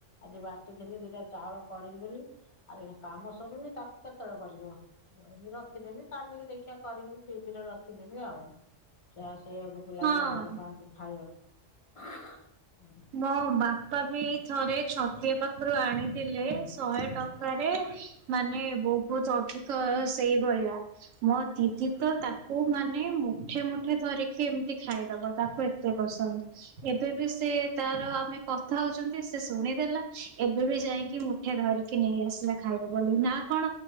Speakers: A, on the left; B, on the right.
A: ଆଜି ବାଟିଥିଲି ଦିଟା ଚାଉଳ କରିମି ବୋଲି ଆଉ ଜଣ କାମ ସରୁନି ତାକୁ କେତେବେଳେ କରିବ ରଖିଦେମି କାଲିକି ଦେଖିବା କରିମି ଫ୍ରିଜ ରେ ରଖିଦେମି ଆଉ। ସେଇଆକୁ ପିଲାମାନେ
B: ହଁ
A: ଭଲ ପାଆନ୍ତି ଖାଇବାକୁ। ହୁଁ।
B: ମୋ ବାପା ବି ଏଇ ଥରେ ଛତିଆ ପାଖରୁ ଆଣିଥିଲେ ଶହେ ଟଙ୍କାରେ ମାନେ ବହୁତ ଅଧିକ ସେଇଭଳିଆ ମୋ ଦିଦି ତ ତାକୁ ମାନେ ମୁଠେ ମୁଠେ ଧରିକି ଏମିତି ଖାଇଦବ ତାକୁ ଏତେ ପସନ୍ଦ ଏବେ ବି ସେ ତାର ଆମେ କଥା ହଉଛନ୍ତି ସେ ଶୁଣିଦେଲା ଏବେ ବି ଯାଇକି ମୁଠେ ଧରିକି ନେଇ ଆସିଲା ଖାଇବ ବୋଲି ନା କଣ